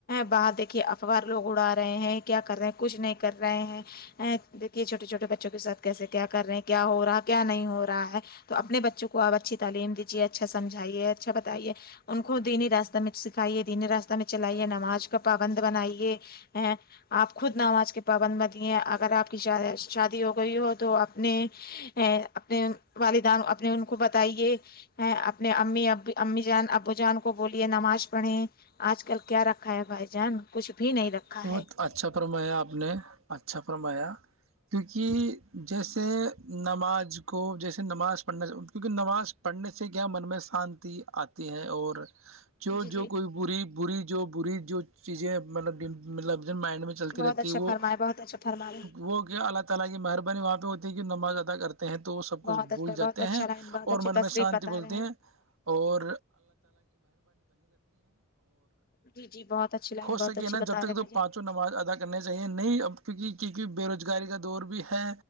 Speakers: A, on the left (about 45°); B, on the right (about 75°).
A: باہر دیکھیے اخبار لوگ اڑا رہے ہیں کیا کر رہے ہیں کچھ نہیں کر رہے ہیں دیکھیے چھوٹے چھوٹے بچوں کے ساتھ کیسے کیا کر رہے ہیں کیا ہو رہا ہے کیا نہیں ہو رہا ہے تو اپنے بچوں کو آپ اچھی تعلیم دیجیے اچھا سمجھائیے اچھا بتائیے ان کو دینی راستہ میں سکھائیے دینی راستہ میں چلائیے نماز کا پابند بنائیے آپ خود نماز کے پابند م دیے اگر آپ کی شادی ہو گئی ہو تو اپنے ا اپنے والدان اپنے ان کو بتائیے ہ اپنے امی اب امی جان ا بو جان کو بولیے نماز پڑھیں آج کل کیا رکھا ہے بھائی جان کچھ بھی نہیں رکھا
B: بہت
A: ہے
B: اچھا فرمایا آپ نے اچھا فرمایا کیونکہ جیسے نماز کو جیسے نماز پڑھنا کیونکہ نماز پڑھنے سے کیا من میں شانتی آتی ہے اور جو
A: جی جی
B: جو کوئی بری بری جو بری جو چیزیں مطلب مطلب مائنڈ میں چلتی
A: بہت
B: رہتی
A: اچھا
B: ہے وہ
A: فرمائے بہت اچھا فرما رہے
B: وہ گیا اللہ تعالی کی مہربانی وہاں پہ ہوتی ہے کہ نماز ادا کر ہیں تو وہ سب کچھ
A: بہت اچھا
B: بھول جاتے
A: بہت اچھا
B: ہیں
A: لائن بہت
B: اور
A: اچھی
B: من
A: تصریف
B: میں شانتی
A: بتا
B: بولتے
A: رہے
B: ہیں اور
A: جی جی بہت اچھی لائن
B: ہو سکے
A: بہت اچھی
B: نا
A: ب
B: جب
A: رہے
B: تک تو
A: ہیں مھے
B: پانچوں نماز ادا کرنی چاہیے نہیں اب کیکہ کیک بے روزگاری کا دور بھی ہے